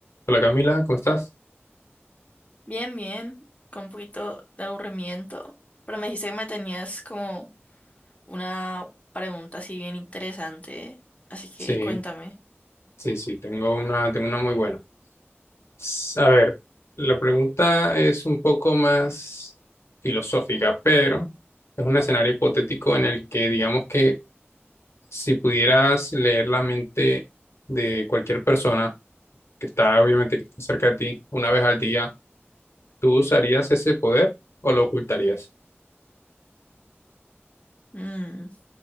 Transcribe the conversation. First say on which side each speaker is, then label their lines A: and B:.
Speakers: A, on the left (about 75°); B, on the left (about 30°).
A: Hola Camila, ¿cómo estás?
B: Bien, bien, con un poquito de aburrimiento, pero me dijiste que me tenías como una pregunta así bien interesante, así que
A: Sí,
B: cuéntame.
A: sí, sí, tengo una, tengo una muy buena. S- A ver, la pregunta es un poco más filosófica, pero es un escenario hipotético en el que digamos que si pudieras leer la mente de cualquier persona que está obviamente que está cerca de ti una vez al día, ¿tú usarías ese poder o lo ocultarías?
B: Mm,